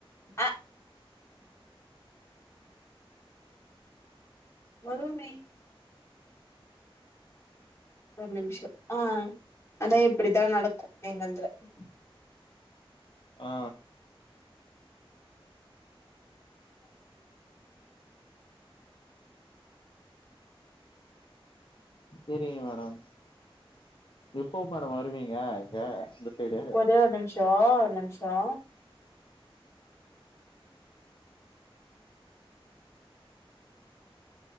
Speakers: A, on the left; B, on the left.
A: அ வருமே ஒரு நிமிஷொ ஆ அதான் இப்படித்தான் நடக்கும் எங்க இதுல ம் ம்
B: ஆ சேரிங்க மேடம் எப்போ மேடம் வருவீங்க இங்க இந்த சைடு
A: ஒதே ஒரு நிம்ஷோ ஒரு நிம்ஷோ